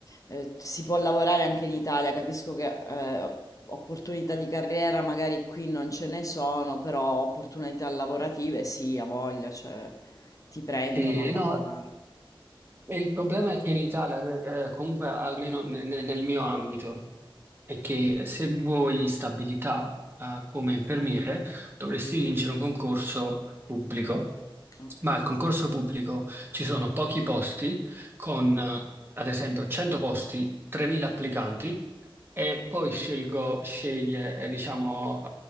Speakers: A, on the left; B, on the right.
A: eh, si può lavorare anche in Italia, capisco che eh, opportunità di carriera magari qui non ce ne sono, però opportunità lavorative sì, a voglia, cioè ti prendono
B: Sì,
A: a lavorare.
B: no, e il problema è che in Italia, eh, eh, comunque almeno ne- ne- nel mio ambito, è che se vuoi stabilità, eh, come infermiere, dovresti vincere un concorso pubblico.
A: Ok,
B: Ma al concorso pubblico ci sono pochi posti, con eh, ad esempio 100 posti, 3.000 applicanti, e poi scelgo, sceglie, eh, diciamo,